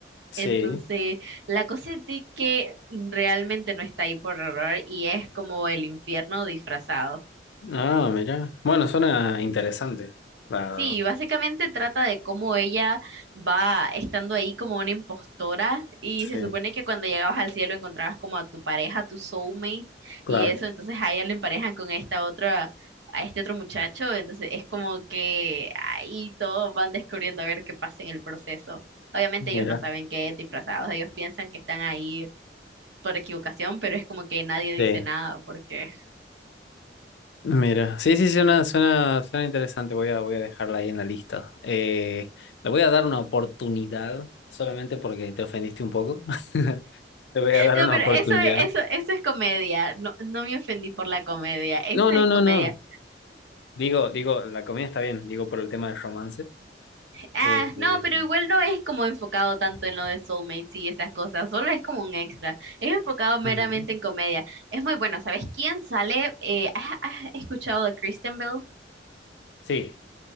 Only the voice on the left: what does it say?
Sí.
Ah, mira. Bueno, suena interesante. Claro.
Sí,
claro.
Mira.
Sí.
Mira, sí, sí, suena, suena, suena interesante. Voy a, voy a dejarla ahí en la lista. Eh, le voy a dar una oportunidad, solamente porque te ofendiste un poco. <laughs> Le voy a dar
una
oportunidad.
No, no,
no,
no. Digo, digo, la comida está bien, digo por el tema del romance.
Eh,
eh,
ujú.
Sí.